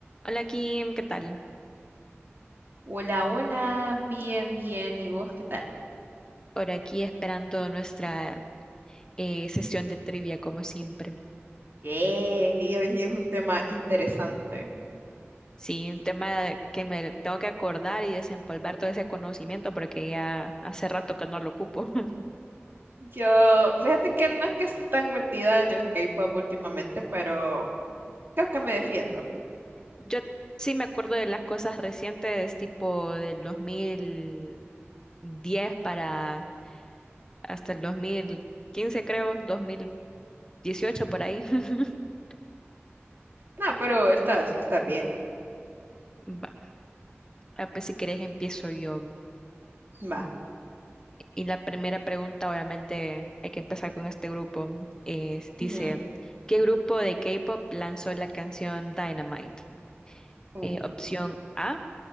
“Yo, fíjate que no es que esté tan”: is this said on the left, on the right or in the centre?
Right